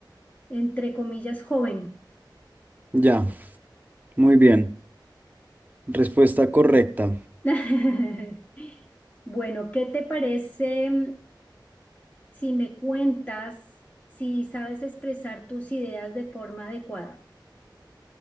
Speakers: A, on the left (about 20°); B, on the right (about 20°).
A: entre comillas, joven.
B: Ya, muy bien. Respuesta correcta.
A: <laughs> Bueno, ¿qué te parece? si me cuentas, si sabes expresar tus ideas de forma adecuada.